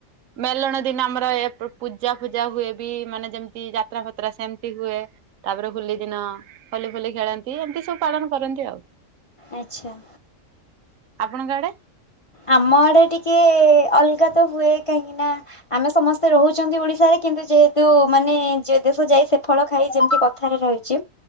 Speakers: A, on the right (about 80°); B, on the left (about 35°).
A: ମେଲଣ ଦିନ ଆମର ଏ ପୂଜା ଫୂଜା ହୁଏ ବି ମାନେ ଯେମିତି ଯାତ୍ରା ପତ୍ରା ସେମତି ହୁଏ। ତାପରେ ହୋଲି ଦିନ ହଲି ଫୁଲି ଖେଳନ୍ତି ଏମିତି ସବୁ ପାଳନ କରନ୍ତି ଆଉ।
B: ଆଚ୍ଛା।
A: ଆପଣଙ୍କ ଆଡେ
B: ଆମ ଆଡେ ଟିକେ ଅଲଗା ତ ହୁଏ। କାହିଁକି ନା ଆମେ ସମସ୍ତେ ରହୁଛନ୍ତି ଓଡିଶାରେ। କିନ୍ତୁ ଯେହେତୁ ମାନେ ଯେ ଦେଶ ଯାଇ ସେ ଫଳ ଖାଇ ଯେମିତି କଥାରେ ରହିଛି।